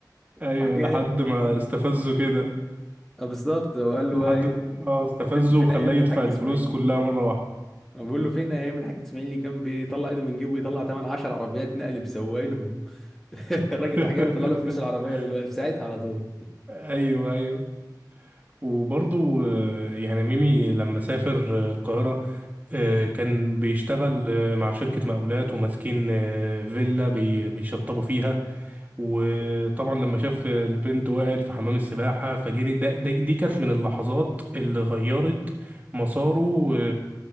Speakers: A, on the right; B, in the centre.
A: ايوه
B: راح جاي
A: لحد ما استفزه كده
B: آه، بالظبط وقال له
A: لحد
B: بقى ايه
A: اه استفزه
B: فين فين
A: وخلاه
B: ايام
A: يدفع
B: الحاج
A: الفلوس
B: اسماعيل
A: كلها مرة واحدة
B: بقول له فين ايام الحاج اسماعيل اللي كان بيطلع ايده من جيبه ويطلع ثمن 10 عربيات نقل بسواقينهم <laughs> الراجل
A: <laughs>
B: راح جاي مطلع له فلوس العربيه دلوقتي ساعتها على طول
A: ايوه ايوه وبرضو آه، يعني ميمي لما سافر آه، القاهرة آه، كان بيشتغل آه، مع شركة مقاولات وماسكين آه، فيلا بي- بيشطبوا فيها وطبعا لما شاف البنت وقعت في حمام السباحة فجري ده ده- دي كانت من اللحظات اللي غيرت مساره